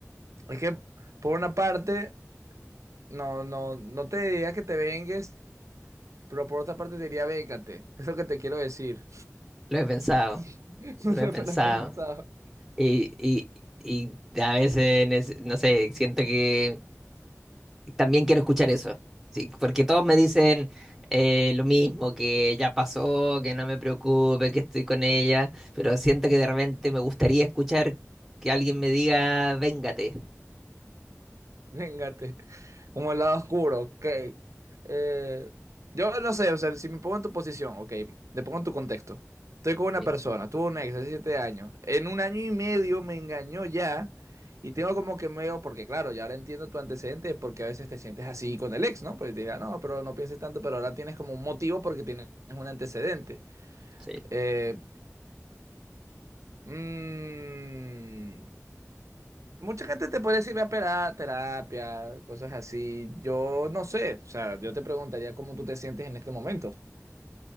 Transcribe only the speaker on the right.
es que por una parte, no, no, no te diría que te vengues, pero por otra parte te diría véngate, es lo que te quiero decir.
<laughs>
No sé,
lo he pensado.
<laughs> Véngate, como el lado oscuro, ok. Eh, yo no sé, o sea, si me pongo en tu posición, ok, te pongo en tu contexto. Estoy con una
persona, tuve un ex hace siete años, en un año y medio me engañó ya, y tengo como que medio, porque claro, ya ahora entiendo tu antecedente, porque a veces te sientes así con el ex, ¿no? Porque te diga, no, pero no pienses tanto, pero ahora tienes como un motivo porque tienes un antecedente.
Eh, Mm, mucha gente te puede decir, ve a pera- terapia, cosas así. Yo no sé, o sea, yo te preguntaría cómo tú te sientes en este momento.